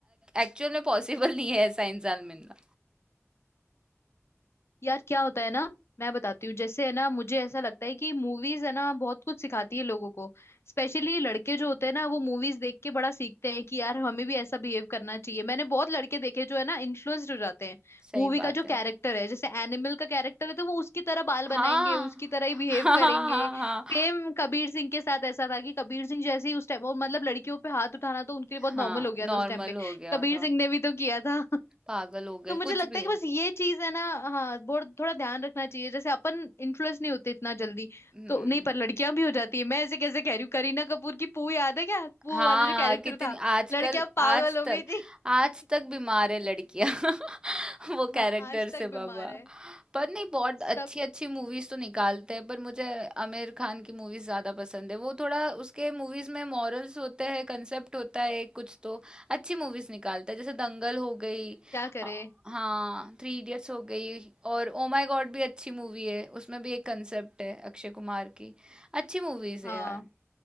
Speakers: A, on the right (about 15°); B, on the left (about 55°).
A: एक्चुअल में पॉसिबल नहीं है ऐसा इंसान मिलना
B: यार क्या होता है ना मैं बताती हूँ जैसे है ना मुझे ऐसा लगता है कि मूवीज है ना बहुत कुछ सिखाती है लोगों को स्पेशली लड़के जो होते हैं ना वो मूवीज देख के बड़ा सीखते हैं कि यार हमें भी ऐसा बिहेव करना चाहिए मैंने बहुत लड़के देखे जो है ना इन्फ्लुएंस्ड हो जाते हैं
A: सही
B: मूवी का
A: बात
B: जो
A: है
B: कैरेक्टर है जैसे एनिमल का कैरेक्टर है तो वो उसकी तरह बाल बनाएंगे
A: हाँ
B: उसकी तरह ही बिहेव
A: हाँ
B: करेंगे
A: हाँ हाँ
B: सेम कबीर सिंह के साथ ऐसा था कि कबीर सिंह जैसे ही उस टाइम और मतलब लड़कियों पे हाथ उठाना तो उनके लिए बहुत
A: हाँ
B: नॉर्मल हो गया
A: नॉर्मल
B: था उस टाइम पे
A: हो गया
B: कबीर
A: था
B: सिंह ने भी तो किया था
A: पागल हो
B: तो
A: गए
B: मुझे
A: कुछ
B: लगता
A: भी
B: है कि बस ये चीज है ना हाँ बहुत थोड़ा ध्यान रखना चाहिए जैसे अपन इन्फ्लुएंस नहीं होते इतना जल्दी
A: हम्म
B: तो नहीं पर लड़कियां भी हो जाती है मैं ऐसे कैसे कह रही हूँ करीना कपूर की पू याद है क्या पू
A: हाँ
B: वाला जो कैरेक्टर
A: कितनी
B: था
A: आजकल
B: लड़कियां पागल
A: आज
B: हो
A: तक
B: गई थी
A: आज
B: <laughs>
A: तक बीमार है लड़कियां <laughs> वो
B: हाँ
A: कैरेक्टर
B: आज
A: से
B: तक
A: बाबा
B: बीमार है
A: पर नहीं बहुत
B: सब
A: अच्छी अच्छी मूवीज तो निकालते हैं पर मुझे आमिर खान की मूवीज ज्यादा पसंद है वो थोड़ा उसके मूवीज में मॉरल्स होते हैं कंसेप्ट होता है कुछ तो अच्छी मूवीज निकालता है जैसे दंगल हो गई
B: क्या करे
A: अ, हाँ थ्री इडियट्स हो गई और ओ माय गॉड भी अच्छी मूवी है उसमें भी एक कंसेप्ट है अक्षय कुमार की अच्छी मूवीज
B: हाँ
A: है यार